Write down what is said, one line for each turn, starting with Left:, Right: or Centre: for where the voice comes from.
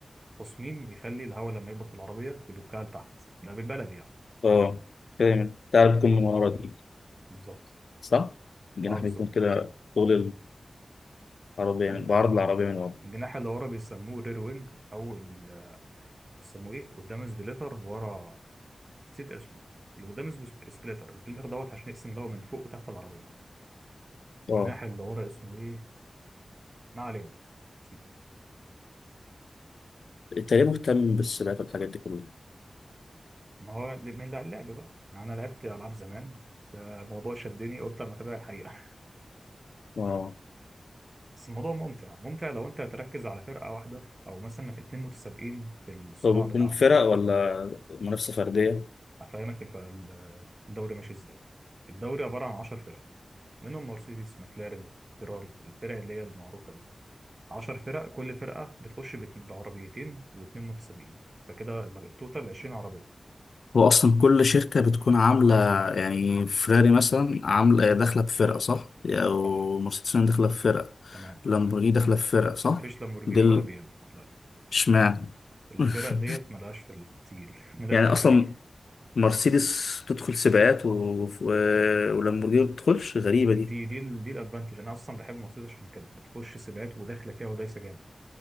Right: تصميم يخلي الهواء لما يخبط في العربية يدكها لتحت ده بالبلدي يعني
Left: اه فاهم بتاع بتكون من ورا دي
Right: بالظبط
Left: صح؟ الجناح
Right: اه بالظبط
Left: بيكون كده طول العربية
Right: ال-
Left: يعني بعرض
Right: اه
Left: العربية من ورا
Right: الجناح اللي ورا بيسموه رير وينج او ال- بيسموه ايه قدام سبليتر ورا نسيت اسمه اللي قدام اسمه سب- سبليتر السبليتر دوت عشان يقسم الهواء من فوق وتحت العربية الجناح
Left: اه
Right: اللي ورا اسمه ايه ما علينا سيب.
Left: التاني مهتم بالسباقات والحاجات دي كلها
Right: ما هو ل- من اللعب بقى يعني انا لعبت العاب زمان الموضوع شدني قلت اما اتابع الحقيقه
Left: اه
Right: <laughs> بس الموضوع ممتع ممتع لو انت تركز على فرقه واحده او مثلا اتنين متسابقين في الصراع
Left: هو بيكون
Right: بتاعه
Left: فرق ولا منافسة فردية؟
Right: افهمك الف- ال- الدوري ماشي ازاي الدوري عباره عن 10 فرق منهم مرسيدس مكلارن فيراري الفرق اللي هي المعروفه دي 10 فرق كل فرقه بتخش بت- بعربيتين واتنين متسابقين فكده يبقى التوتال 20 عربيه
Left: هو اصلا كل شركه بتكون عامله يعني فيراري مثلا عامله داخله بفرقه صح او
Right: صح
Left: مرسيدس بنز داخله بفرقه
Right: تمام
Left: لامبورجيني داخله بفرقه صح
Right: مفيش لامبورجيني
Left: دي ال-
Right: ولا بي ام لا
Left: اشمعنى
Right: الفرق
Left: <laughs>
Right: ديت ملهاش في التقيل <laughs> من
Left: يعني
Right: الاخر
Left: اصلا
Right: يعني
Left: مرسيدس تدخل سباقات و... و... ولامبورجيني ما بتدخلش غريبه
Right: دي
Left: دي
Right: دي ال- دي الادفانتج انا اصلا بحب مرسيدس عشان كده بتخش سباقات وداخله فيها ودايسه جامد